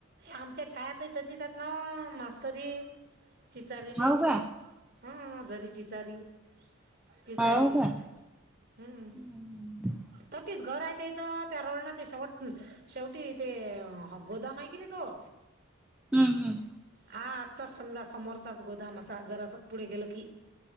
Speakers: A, on the right; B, in the centre.
A: आमच्या छायाताई तिथं येतत ना मास्तरीन. चीचारीले,
B: हाव का
A: हा.. झरी चिचारी, चिचारीलं..
B: हाव का
A: हम्म
B: हम्म
A: ततीच घर हाय तेच त्या रोडना ते शेवट शेवटी ते गोदाम हाय कणी तो
B: हम्म, हम्म
A: हा आजचाच समजा समोरचाच गोदाम असा जर असं पुढे गेलं की.